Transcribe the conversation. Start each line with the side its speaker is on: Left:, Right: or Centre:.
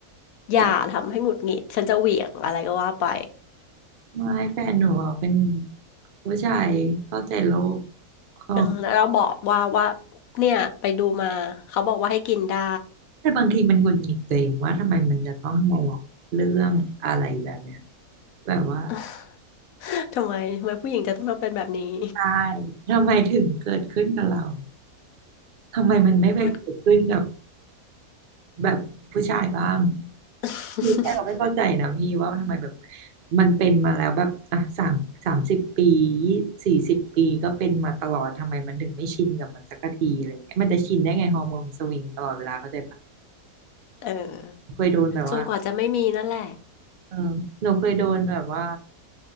Left: อย่าทำให้หงุดหงิดฉันจะเหวี่ยงอะไรก็ว่าไป
Right: มาไม่แฟนหนูอะเป็นผู้ชายเข้าใจโลกก็
Left: เออแล้วเราบอกว่าว่าเนี่ยไปดูมาเขาบอกว่าให้กินได้
Right: แต่บางทีมันหงุดหงิดตัวเองว่าทำไมมันจะต้องมารับเรื่องอะไรแบบเนี้ยแบบว่า
Left: <laughs> ทำไมทำไมผู้หญิงจะต้องทำเป็นแบบนี้
Right: ใช่ทำไมถึงเกิดขึ้นกับเราทำไมมันไม่ไปเกิดขึ้นกับ
Left: มัน
Right: แบบผู้ชายบ้าง
Left: <laughs>
Right: คือแค่เราไม่เข้าใจนะพี่ว่าทำไมแบบมันเป็นมาแล้วแบบอ่ะสามสามสิบปีสี่สิบปีก็เป็นมาตลอดทำไมมันถึงไม่ชินกับมันสักทีอะไรเงี้ยมันจะชินได้ไงฮอร์โมนสวิงตลอดเวลาเข้าใจปะ
Left: เออ
Right: เคยโดนแบบว่า
Left: จนกว่าจะไม่มีนั่นแหละ
Right: เออหนูเคยโดนแบบว่า